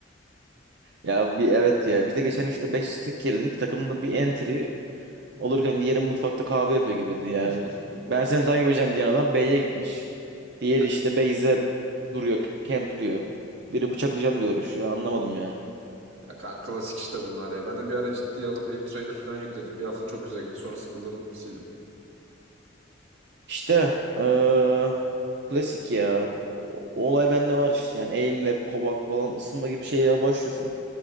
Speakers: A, on the right (about 55°); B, on the right (about 80°).
A: Ya bir evet ya. Biz de geçen işte 5 stack girdik. Takımda bir entry Olurken diğeri mutfakta kahve yapıyor gibiydi. Yani
B: <laughs>
A: ben seni takip edeceğim diyen adam B'ye gitmiş. Diğeri
B: Ya
A: işte Beyze duruyor, kempliyor. Biri bıçaklayacağım diyor uğraşıyor. Ben anlamadım yani.
B: ya kanka klasik işte bunlar ya. Ben de bir ara ciddiye alıp aim trainer falan yükledim. Bir hafta çok güzel gitti. Sonra sıkıldım, sildim.
A: İşte eee, klasik ya. O olay bende var işte. Yani aimlab, kovak falan ısınma gibi şeyler başlıyorsun.